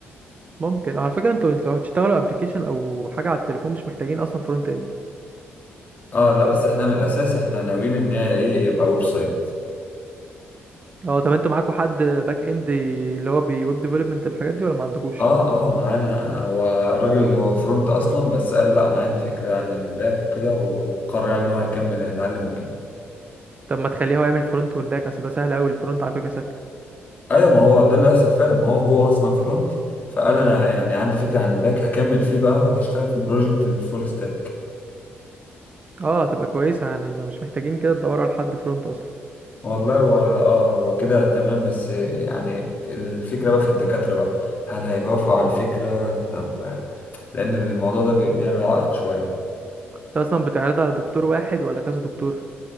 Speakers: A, on the right; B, on the left.
A: ممكن على فكرة انتوا انتوا لو هتشتغلوا ابلكيشن او حاجة على التليفون مش محتاجين اصلا فرونت اند
B: اه لا بس احنا من الاساس احنا ناويين ان هي ايه يبقى ويب سايت
A: اه طب انتوا معاكوا حد باك اند اللي هو بويب ديفلوبمنت الحاجات دي ولا ما عندكوش
B: اه اه معانا هو الراجل اللي هو فرونت اصلا بس قال لا انا عندي فكره عن الباك كده وقرر يعني ان هو هيكمل هيتعلم وكده
A: طب ما تخليه هو يعمل الفرونت والباك اصل ده سهل قوي الفرونت على فكرة سهل
B: ايوه ما هو ده اللي هيحصل فعلا ما هو هو اصلا فرونت فقال انا يعني عندي فكره عن الباك هكمل فيه بقى وهشتغل في البروجكت الفول ستاك
A: اه تبقى كويسة يعني يعني مش محتاجين كده تدوروا على حد فرونت اصلا
B: والله هو اه هو كده تمام بس يعني الفكره بقى في الدكاتره بقى هل هيوافقوا على الفكره طب لان الموضوع ده بي- بيعمل عائق شويه
A: انت اصلا بتعرض على دكتور واحد ولا كذا دكتور